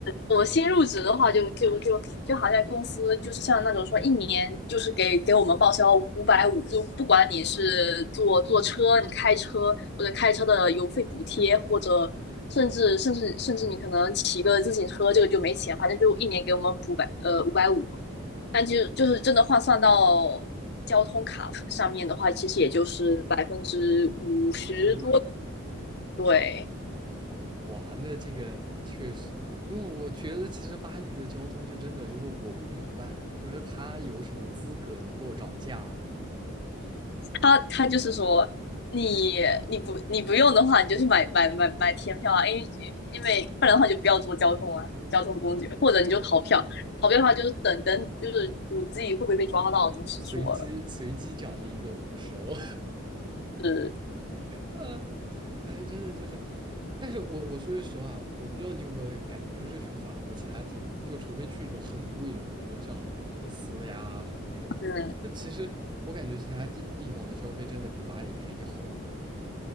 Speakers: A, on the left (about 50°); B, on the right (about 20°).
A: 我新入职的话就，就就就就好像公司就是像那种说一年就是给给我们报销五百五，就不管你是坐坐车、你开车或者开车的油费补贴，或者甚至甚至甚至你可能骑个自行车，这个就没钱，反正就一年给我们补百呃五百五。但就就是真的换算到交通卡上面的话，其实也就是百分之五十多，
B: 五十，
A: 对。
B: 哇，那这个确实，那我觉得其实巴黎的交通就真的就是我不明白，就是它有什么资格能够涨价？
A: 他他就是说，你你不你不用的话，你就去买买买买天票啊，因为因为不然的话就不要坐交通啊，交通工具，或者你就逃票，逃票的话就是等等，就是赌自己会不会被抓到，就是说了，
B: 随机随机奖励一个五十欧，
A: 是
B: 嗯，反正真的就是，但是我我说句实话，我不知道你有没有一个感觉，就是去法国其他地方，就除非去那种很贵的，比如说像什么尼斯呀什么那种，
A: 嗯，
B: 那其实我感觉其他地地方的消费真的比巴黎便宜好多。